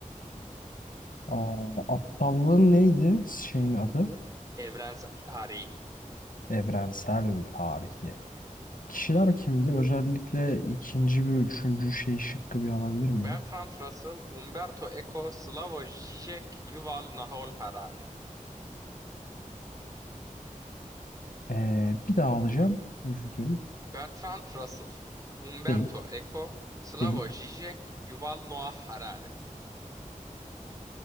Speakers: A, on the left; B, on the right.
A: Aa, aptallığın neydi? Şeyin adı?
B: Evrensel Tarihi.
A: Evrensel tarihi. Kişiler kimdi? Özellikle ikinci ve üçüncü şey şıkkı bir alabilir miyim?
B: Bertrand Russell, Umberto Eco, Slavoj Zizek, Yuval Noah Harari.
A: Ee, bir daha alacağım. Özür diliyorum.
B: Bertrand Russell, Umberto
A: Değil.
B: Eco, Slavoj
A: Değil.
B: Zizek, Yuval Noah Harari.